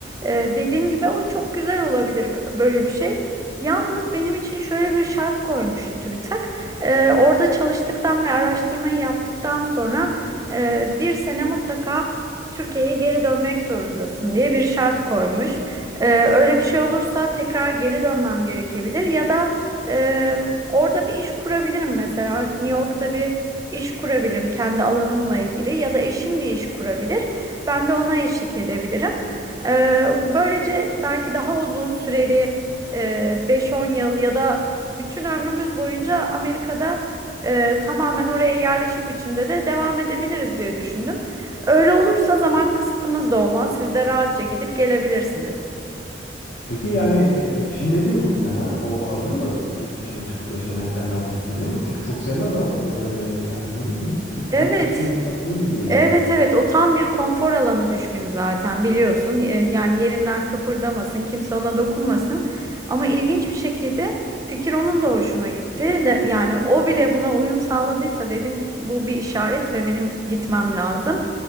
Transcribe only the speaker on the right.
E, dediğim gibi o çok güzel olabilir b- böyle bir şey. Yalnız benim için şöyle bir şart koymuş TÜBİTAK. E, orada çalıştıktan ve araştırmayı yaptıktan sonra e, bir sene mutlaka Türkiye'ye geri dönmek zorundasın diye bir şart koymuş. E, öyle bir şey olursa tekrar geri dönmem gerekebilir ya da e, orada bir iş kurabilirim mesela New York'ta bir iş kurabilirim kendi alanımla ilgili ya da eşim bir iş kurabilir. Ben de ona eşlik edebilirim. E, böylece belki daha uzun süreli e, 5-10 yıl ya da bütün ömrümüz boyunca Amerika'da e, tamamen oraya yerleşik biçimde de devam edebiliriz diye düşündüm. Öyle olursa zaman kısıtımız da olmaz. Siz de rahatça gidip gelebilirsiniz.
Evet.
Evet evet o tam bir konfor alanı düşkünü zaten biliyorsun. E, Yani yerinden kıpırdamasın, kimse ona dokunmasın. Ama ilginç bir şekilde fikir onun da hoşuna gitti. De- Yani o bile buna uyum sağladıysa dedim bu bir işaret ve benim gitmem lazım.